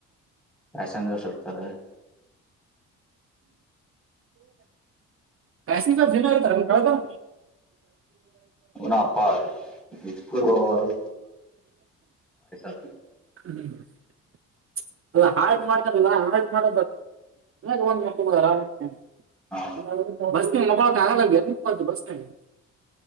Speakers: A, in the centre; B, on the right.
A: ಪ್ಯಾಸೆಂಜರ್ಸ್ ಇರ್ತಾರೆ
B: ಪ್ಯಾಸೆಂಜರ್ ದಿನ ಇರುತ್ತಾರೆ ಬೆಳೆತನ
A: ಅವನ ಅಪ್ಪಜಕೂರ್ ಬಬಾರಾಯ್ <inaudible>
B: <unintelligible> ಅಲ್ಲಾ ಹಾರ್ಟ್ ಮಾಡ್ತಾರಲ್ಲ ಹಾರ್ಟ್ ಮಾಡ ಮನ್ಯಾಗ ಆರಾಮ <inaudible>
A: ಹ
B: ಬಸ್ ನನ್ ಮಲ್ಕೊಳಕಾಗಂಗಿಲ್ಲ ಬಸ್ನಲ್ಲಿ